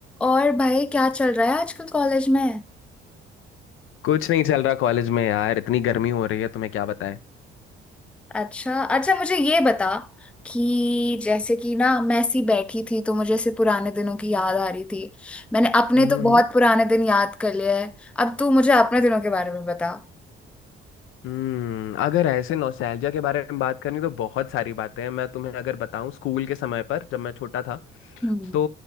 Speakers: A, in the centre; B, on the left.
A: और भाई क्या चल रहा है आजकल कॉलेज में
B: कुछ नहीं चल रहा कॉलेज में यार इतनी गर्मी हो रही है तुम्हें क्या बताएं
A: अच्छा अच्छा मुझे ये बता कि जैसे कि ना मैं ऐसी बैठी थी तो मुझे ऐसे पुराने दिनों की याद आ रही थी मैंने अपने
B: हम्म
A: तो बहुत पुराने दिन याद कर लिए हैं अब तू मुझे अपने दिनों के बारे में बता
B: हम्म अगर ऐसे नॉस्टैल्जिया के बारे में बात करनी तो बहुत सारी बातें हैं मैं तुम्हें अगर बताऊं स्कूल के समय पर जब मैं छोटा था
A: हम्म
B: तो